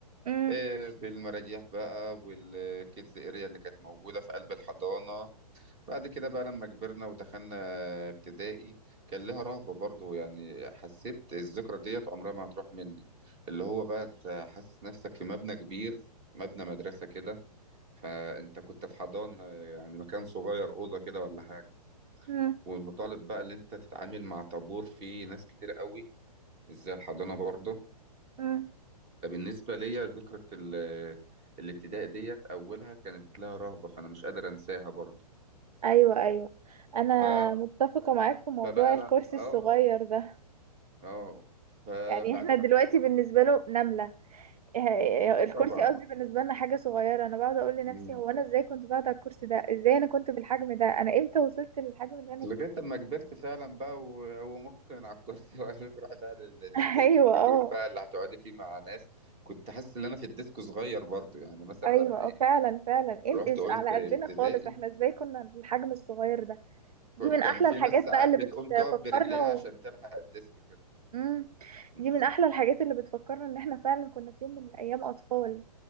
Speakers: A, on the right (about 65°); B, on the right (about 25°).
A: امم
B: إيه بالمراجيح بقى والكيدز اريا اللي كانت موجوده في قلب الحضانه بعد كده بقى لما كبرنا ودخلنا ابتدائي كان لها رهبه برضو يعني حسيت الذكرى ديت عمرها ما هتروح مني اللي هو بقى انت حاسس نفسك في مبنى كبير مبنى مدرسه كده فانت كنت في حضانه يعني مكان صغير اوضه كده ولا حاجه
A: امم
B: ومطالب بقى ان انت تتعامل مع طابور فيه ناس كتير قوي مش زي الحضانه برضه
A: امم
B: فبالنسبه ليا ذكرى ال- الابتداء ديت اولها كانت لها رهبه فانا مش قادر انساها برضه
A: <laughs> ايوه ايوه انا
B: ف...
A: متفقة معاك في موضوع
B: فبقى
A: الكرسي
B: لا اه
A: الصغير ده
B: اه فبعد
A: يعني احنا دلوقتي بالنسبة له نملة إيه- إيه،
B: اه طبعا
A: الكرسي قصدي بالنسبة لنا حاجة صغيرة انا بقعد اقول لنفسي
B: مم.
A: هو انا ازاي كنت بقعد على الكرسي ده ازاي انا كنت بالحجم ده انا امتى وصلت للحجم اللي انا
B: لغايه
A: فيه
B: لما كبرت فعلا بقى و... وممكن على الكرسي <laughs> واشيلك اروح بقى لل... للديسك
A: <laughs> ايوه
B: الكبير
A: اه
B: بقى اللي هتقعدي فيه مع ناس كنت حاسس ان انا في الديسك صغير برضه يعني مثلا
A: ايوه
B: لما ايه
A: اه فعلا فعلا إم-
B: رحت
A: إيش
B: قلت
A: على
B: ابتدائي
A: قدنا خالص احنا ازاي كنا بالحجم الصغير ده دي
B: ك-
A: من
B: كان
A: احلى
B: في
A: الحاجات
B: ناس ساعات
A: بقى اللي
B: بتقوم
A: بتفكرنا
B: تقف برجليها
A: و...
B: عشان تلحق الديسك كده
A: مم.
B: مم.
A: دي من احلى الحاجات اللي بتفكرنا ان احنا فعلا كنا في يوم من الايام اطفال